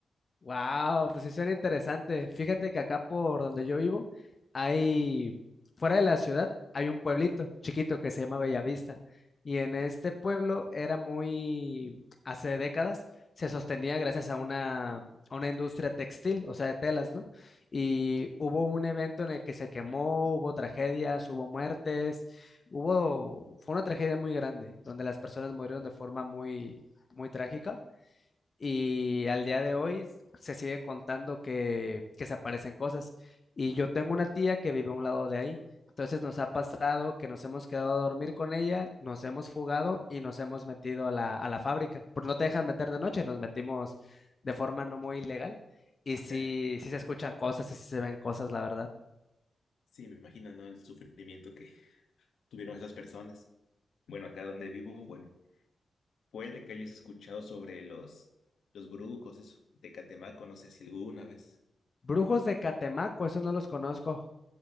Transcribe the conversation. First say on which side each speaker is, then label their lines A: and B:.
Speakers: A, on the left (about 40°); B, on the left (about 80°).
A: Wow, pues sí suena interesante. Fíjate que acá por donde yo vivo hay, fuera de la ciudad, hay un pueblito chiquito que se llama Bellavista. Y en este pueblo era muy, hace décadas, se sostenía gracias a una, a una industria textil, o sea, de telas, ¿no? Y hubo un evento en el que se quemó, hubo tragedias, hubo muertes, hubo, fue una tragedia muy grande, donde las personas murieron de forma muy, muy trágica y al día de hoy se sigue contando que, que se aparecen cosas. Y yo tengo una tía que vive a un lado de ahí. Entonces nos ha pasado que nos hemos quedado a dormir con ella, nos hemos fugado y nos hemos metido a la, a la fábrica. Porque no te dejan meter de noche, nos metimos de forma no muy ilegal. Y sí,
B: <laughs>
A: sí se escuchan cosas y sí se ven cosas, la verdad.
B: Sí, me imagino, ¿no? El sufrimiento que tuvieron esas personas. Bueno, acá donde vivo, bueno, puede que hayas escuchado sobre los, los brujos, eso, de Catemaco, no sé si alguna vez.
A: Brujos de Catemaco, esos no los conozco.